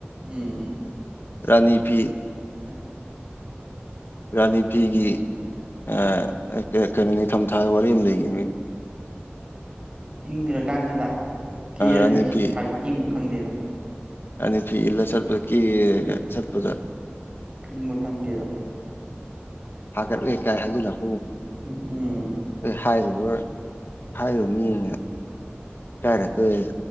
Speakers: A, on the right; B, on the left.
A: ꯎꯝ
B: ꯔꯥꯅꯤ ꯐꯤ
A: ꯑ
B: ꯔꯥꯅꯤ ꯐꯤꯒꯤ ꯑ ꯀꯩꯅꯣ ꯅꯤꯡꯊꯝꯊꯥꯗ ꯋꯥꯔꯤ ꯑꯃ ꯂꯩꯒꯤꯝꯅꯦ
A: ꯏꯪꯈ꯭ꯔꯀꯥꯟꯗꯒ ꯀꯦꯔꯥꯗꯤ
B: ꯔꯥꯅꯤ
A: ꯏꯁꯥ
B: ꯐꯤ
A: ꯏꯪꯕ ꯈꯪꯗꯦꯗꯣ
B: ꯔꯥꯅꯤ ꯐꯤ ꯏꯟꯂ ꯆꯠꯄꯗ ꯀꯦꯔꯥꯒ ꯆꯠꯄꯗ
A: ꯏꯪꯕ ꯈꯪꯗꯦꯗ‌ꯣ
B: ꯍꯥꯒꯠꯂꯦ ꯀꯥꯏ ꯍꯥꯏꯖꯤꯟꯂ‌ꯣ
A: ꯎꯝ ꯎꯝ ꯎꯝ
B: ꯑ‌ꯣꯏ ꯍꯥꯏꯔꯨꯕ ꯍꯥꯏꯔꯨꯕ ꯃꯤꯅ ꯏꯀꯥꯏꯔꯛꯇ‌ꯣꯔ‌ꯦ